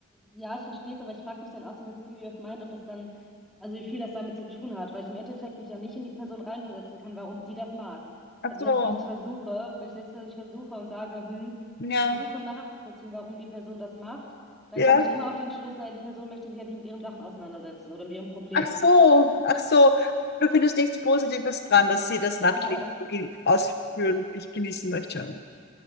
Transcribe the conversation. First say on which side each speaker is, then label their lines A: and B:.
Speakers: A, in the centre; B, on the left.
A: ja, ich verstehe es, aber ich frage mich dann auch so mit Theory of Mind, ob das dann, also wie viel das damit zu tun hat, weil ich im Endeffekt mich ja nicht in die Person reinversetzen kann, warum die das mag.
B: Ach
A: Also
B: so,
A: selbst wenn ich versuche, wenn ich selbst wenn ich versuche und sage, hm,
B: ja.
A: ich versuche nachzuvollziehen, warum die Person das macht, dann
B: Ja,
A: komme ich immer auf den Schluss, naja, die Person möchte sich ja nicht mit ihren Sachen auseinandersetzen oder mit ihrem Problem.
B: Ach so, ach so. Du findest nichts Positives dran, dass sie das Nachtleben
A: Genau.
B: ge- ausführen,
A: Ja.
B: ich genießen möchte.